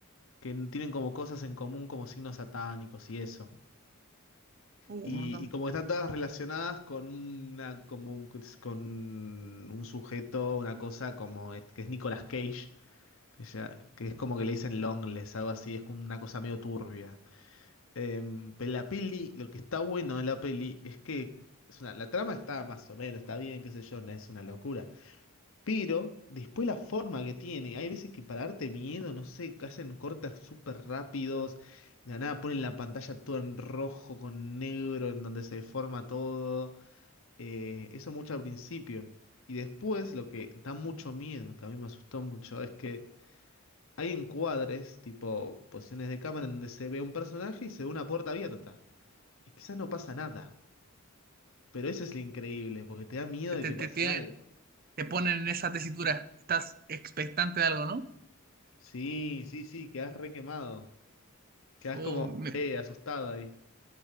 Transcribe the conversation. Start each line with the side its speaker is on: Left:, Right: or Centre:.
Left: que n- tienen como cosas en común, como signos satánicos y eso.
Right: Uh,
Left: Y,
Right: un montón.
Left: y como que están todas relacionadas con una como un, con un sujeto, una cosa como es- que es Nicolas Cage, que, ya- que es como que le dicen Longless, algo así, es como una cosa medio turbia. Em, pero la peli, lo que está bueno de la peli es que es una, la trama está más o menos, está bien, qué sé yo, no es una locura. Pero después la forma que tiene, hay veces que para darte miedo, no sé, hacen cortes súper rápidos, de la nada ponen la pantalla toda en rojo con negro, en donde se deforma todo. eh, eso mucho al principio. Y después lo que da mucho miedo, que a mí me asustó mucho, es que hay encuadres, tipo posiciones de cámara, en donde se ve un personaje y se ve una puerta abierta. Y quizás no pasa nada, pero eso es lo increíble, porque te da miedo
Right: Te,
Left: de
Right: te,
Left: que
Right: te
Left: pase
Right: tienen,
Left: algo.
Right: te ponen en esa tesitura. Estás expectante de algo, ¿no?
Left: Sí, sí, sí, quedás re quemado. Quedás
Right: Uh,
Left: como
Right: me-
Left: eh, asustado ahí.